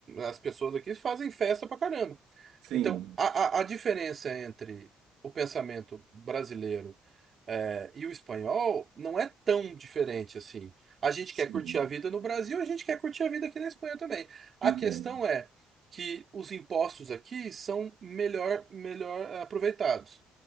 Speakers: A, on the right (about 50°); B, on the right (about 85°).
A: as pessoas aqui fazem festa pra caramba.
B: Sim,
A: Então, a, a, a diferença entre o pensamento brasileiro eh, e o espanhol não é tão diferente assim. A gente
B: sim,
A: quer curtir a vida no Brasil, a gente quer curtir a vida aqui na Espanha também. A
B: entendo.
A: questão é que os impostos aqui são melhor, melhor aproveitados.